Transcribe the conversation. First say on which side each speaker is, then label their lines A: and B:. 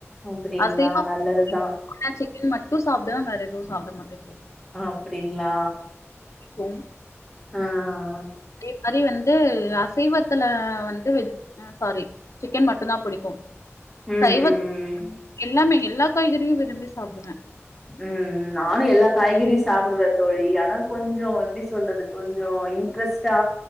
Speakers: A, in the centre; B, on the left (about 80°).
A: அப்டிங்களா
B: அசைவ
A: நல்லதுதா
B: புடிக்கு சிக்கன் மட்டும் சாப்புடுவேன் வேற எதும் சாப்ட மாட்டே தோழி
A: அப்புடிங்கிளா
B: கும்
A: ஆஹ
B: அதே மாரி வந்து சீவத்துல வந்து வெஜ் ஹ சாரி சிக்கன் மட்டும் தான் புடிக்கும்
A: ம் ம்
B: சைவத்
A: ம்
B: எல்லாமே எல்லா காய்கறியும் விரும்பி சாப்பிடுவேன்
A: உம் நானும் எல்லா காய்கறியும் சாப்பிடுவேன் தோழி ஆன கொஞ்சோ எப்டி சொல்றது கொஞ்சோ இன்ட்ரெஸ்டா